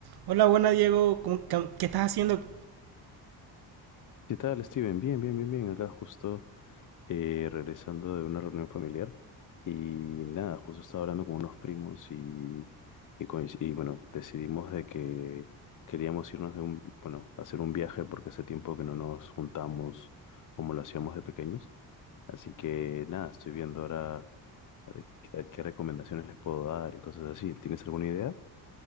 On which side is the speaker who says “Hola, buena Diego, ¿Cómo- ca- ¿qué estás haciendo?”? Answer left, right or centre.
Right